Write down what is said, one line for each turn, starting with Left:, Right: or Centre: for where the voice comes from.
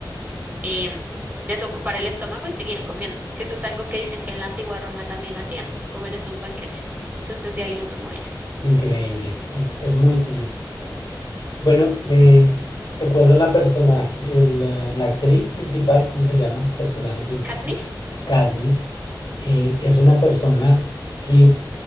Right: em, desocupar el estómago y seguir comiendo, que eso es algo que dicen que en la antigua Roma también hacían, como en esos banquetes. Entonces de ahí lo tomó ella.
Left: Increíble. Es, es muy triste. Bueno,
Right: Sí,
Left: eh,
Right: bastante.
Left: recuerdo la personaje, el, la, la actriz principal, ¿cómo se llama? Personaje principal.
Right: Katniss,
Left: Katniss eh, es una persona que